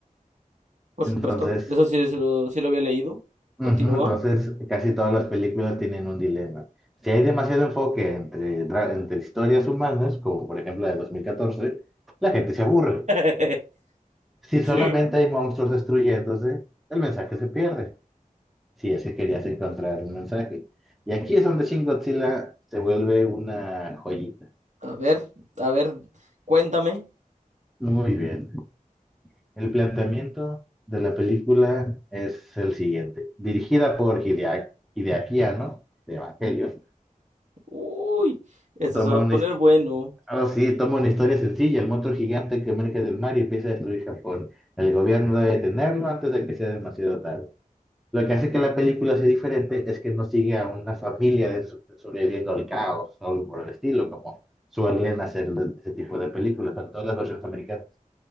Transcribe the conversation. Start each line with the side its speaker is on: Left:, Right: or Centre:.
Right: Por
Centre: Entonces,
Right: supuesto. Eso sí, sí lo, sí lo había leído.
Centre: Ujú,
Right: Continúa.
Centre: Entonces, casi todas las películas tienen un dilema. Si hay demasiado enfoque entre, dra- entre historias humanas, como por ejemplo la de 2014, la gente se aburre.
Right: <laughs>
Centre: Si
Right: Sí.
Centre: solamente hay monstruos destruyéndose, el mensaje se pierde. Si ese querías encontrar un mensaje. Y aquí es donde Shin Godzilla se vuelve una joyita.
Right: A ver, a ver, cuéntame.
Centre: Muy bien. El planteamiento de la película es el siguiente. Dirigida por Hideaki, Hideaki Anno, de Evangelion,
Right: Uy, esto
Centre: toma
Right: se va a
Centre: una,
Right: poner bueno.
Centre: Ahora sí, toma una historia sencilla, el monstruo gigante que emerge del mar y empieza a destruir Japón. El gobierno debe detenerlo antes de que sea demasiado tarde. Lo que hace que la película sea diferente es que no sigue a una familia de so- sobreviviendo al caos o algo por el estilo, como suelen hacer de- ese tipo de películas, sobre todo las versiones americanas.